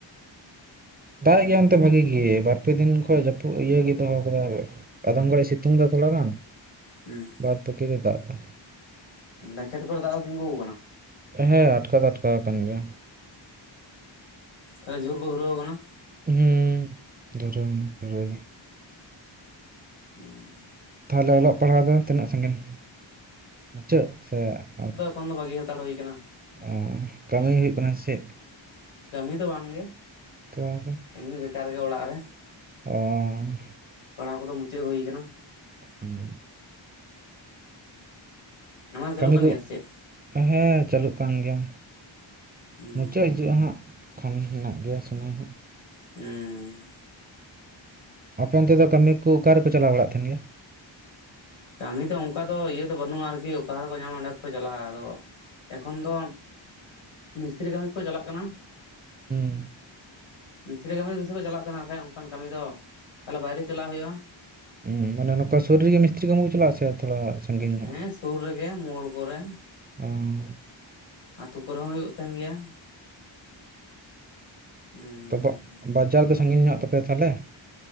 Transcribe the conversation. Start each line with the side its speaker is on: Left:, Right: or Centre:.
Left: ᱦᱮᱸ
Right: ᱫᱟᱜ ᱮᱜ ᱜᱮᱭᱟ ᱚᱱᱛᱮ ᱵᱷᱟᱜᱤ ᱜᱤ ᱵᱟᱨ ᱯᱮ ᱫᱤᱱ ᱠᱷᱚᱡ ᱡᱟᱹᱯᱩᱫ ᱤᱭᱟᱹᱜᱮ ᱫᱚᱦᱚ ᱟᱠᱟᱫᱟ ᱟᱫᱚᱢ ᱜᱟᱲᱤᱡ ᱥᱤᱛᱩᱝ ᱫᱟ ᱛᱷᱚᱲᱟ ᱜᱟᱱ
Left: ᱦᱩᱸ
Right: ᱵᱟᱫ ᱵᱟᱠᱤ ᱫᱚᱭ ᱫᱟᱜ ᱫᱟ᱾
Left: ᱞᱮᱠᱷᱮᱛ ᱠᱚᱨᱮ ᱫᱟᱜ ᱫᱚ ᱛᱤᱸᱜᱩᱣ ᱟᱠᱟᱱᱟ᱾
Right: ᱦᱮᱸ ᱟᱴᱠᱟᱣ ᱫᱚ ᱟᱴᱠᱟᱣ ᱟᱠᱟᱱ ᱜᱮᱭᱟ᱾
Left: ᱦᱩᱸ <unintelligible> ᱡᱳᱨ ᱠᱚ ᱫᱷᱩᱨᱟᱹᱣ ᱠᱟᱱᱟ?
Right: ᱦᱩᱸ ᱫᱷᱚᱨᱟᱹᱣ <unintelligible> ᱫᱷᱩᱨᱟᱹᱣ ᱜᱮ᱾
Left: ᱦᱩᱸ
Right: ᱛᱟᱦᱚᱞᱮ ᱚᱞᱚᱜ ᱯᱟᱲᱦᱟᱣ ᱫᱚ ᱛᱤᱱᱟᱹᱜ ᱥᱟᱺᱜᱤᱧ? ᱢᱩᱪᱟᱹᱫ ᱥᱮ ᱟᱣᱨᱤ?
Left: ᱠᱷᱚᱱ ᱫᱚ ᱵᱟᱹᱜᱤ ᱦᱟᱛᱟᱲ ᱦᱩᱭ ᱠᱟᱱᱟ᱾
Right: ᱚᱸ ᱠᱟᱹᱢᱤ ᱦᱩᱭᱩᱜ ᱠᱟᱱᱟ ᱥᱮᱫ?
Left: ᱠᱟᱹᱢᱤ ᱫᱚ ᱵᱟᱝᱜᱮ᱾
Right: ᱛᱚᱣᱟᱦᱚᱞᱮ?
Left: ᱮᱢᱱᱤ ᱵᱮᱠᱟᱨ ᱜᱮ ᱚᱲᱟᱜ ᱨᱮ᱾
Right: ᱚᱻ
Left: ᱯᱟᱲᱦᱟᱣ ᱠᱚᱫᱚ ᱢᱩᱪᱟᱹᱫ ᱦᱩᱭ ᱠᱟᱱᱟ᱾
Right: ᱦᱩᱸ
Left: ᱦᱩᱸ ᱟᱢᱟᱜ ᱪᱟᱞᱩᱜ
Right: ᱠᱟᱹᱢᱤ
Left: ᱠᱟᱱ
Right: ᱠᱚ
Left: ᱜᱮᱭᱟ ᱥᱮ ᱪᱮᱫ?
Right: ᱦᱮᱸ ᱪᱟᱹᱞᱩᱜ ᱠᱟᱱ ᱜᱮᱭᱟ,
Left: ᱦᱮᱸ
Right: ᱢᱩᱪᱟᱹᱜ ᱦᱤᱡᱩᱜ-ᱟ ᱦᱟᱸᱜ᱾ ᱠᱷᱚᱱ ᱦᱮᱱᱟᱜ ᱜᱮᱭᱟ ᱥᱚᱢᱚᱭ ᱦᱟᱸᱜ᱾
Left: ᱦᱩᱸ
Right: ᱟᱯᱮ ᱚᱱᱛᱮ ᱫᱚ ᱠᱟᱹᱢᱤ ᱠᱩ ᱚᱠᱟ ᱨᱮᱠᱚ ᱪᱟᱞᱟᱣ ᱵᱟᱲᱟᱜ ᱛᱟᱦᱮᱱ ᱜᱮᱭᱟ?
Left: ᱠᱟᱹᱢᱤ ᱫᱚ ᱚᱱᱠᱟ ᱫᱚ ᱤᱭᱟᱹ ᱫᱚ ᱵᱟᱹᱱᱩᱜ-ᱟ ᱟᱨᱠᱤ ᱚᱠᱟ ᱨᱮᱠᱚ ᱧᱟᱢᱟ ᱚᱸᱰᱮ ᱠᱚ ᱪᱟᱞᱟᱜ-ᱟ ᱟᱫᱚ ᱮᱠᱷᱚᱱ ᱫᱚ ᱢᱤᱥᱛᱨᱤ ᱠᱟᱹᱢᱤ ᱠᱚ ᱪᱟᱞᱟᱜ ᱠᱟᱱᱟ᱾
Right: ᱦᱩᱸ᱾
Left: ᱢᱤᱥᱛᱨᱤ ᱠᱟᱹᱢᱤ ᱵᱤᱥᱤ ᱠᱚ ᱪᱟᱞᱟᱜ ᱛᱟᱦᱮᱱᱟ ᱮᱸᱠᱷᱟᱡ ᱚᱱᱠᱟᱱ ᱠᱟᱹᱢᱤ ᱫᱚ ᱛᱟᱦᱚᱞᱮ ᱵᱟᱭᱨᱮ ᱪᱟᱞᱟᱜ ᱦᱩᱭᱩᱜᱼᱟ᱾
Right: ᱦᱩᱸ ᱢᱟᱱᱮ ᱱᱚᱠᱟ ᱥᱩᱨ ᱨᱮᱜᱮ ᱢᱤᱥᱛᱨᱤ ᱠᱟᱹᱢᱩ ᱪᱟᱞᱟᱜᱼᱟ ᱥᱮ ᱛᱷᱚᱲᱟ ᱥᱟᱺᱜᱤᱧ ᱧᱚᱜ
Left: ᱦᱮᱸ ᱥᱩᱨ ᱨᱮᱜᱮ ᱢᱩᱲ ᱠᱚᱨᱮ᱾
Right: ᱚᱸᱻ
Left: <inaudible> ᱟᱹᱛᱩ ᱠᱚᱨᱮ ᱦᱚᱸ ᱦᱩᱭᱩᱜ ᱛᱟᱦᱮᱱ ᱜᱮᱭᱟ᱾ <inaudible> ᱦᱩᱸ
Right: ᱛᱚᱯᱚᱜ ᱵᱟᱡᱟᱨ ᱫᱚ ᱥᱟᱺᱜᱤᱧ ᱧᱚᱜ ᱛᱟᱯᱮᱭᱟ ᱛᱟᱦᱚᱞᱮ?